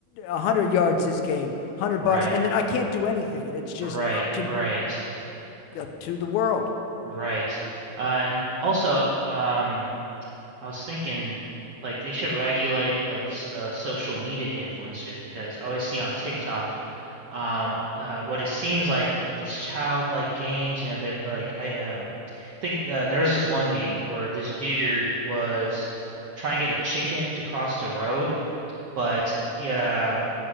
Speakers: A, on the left (about 80°); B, on the right (about 75°).
A: a hundred yards this game, hundred bucks,
B: right,
A: and then I can't do anything, and it's just
B: right,
A: up to
B: right,
A: up to the world.
B: right, and also um I was thinking like they should regulate like s- uh, social media influencers because I always see on TikTok um uh what it seems like like these childlike games you know they're like I um think uh, there was this one game where this dude was trying to get a chicken to cross the road but um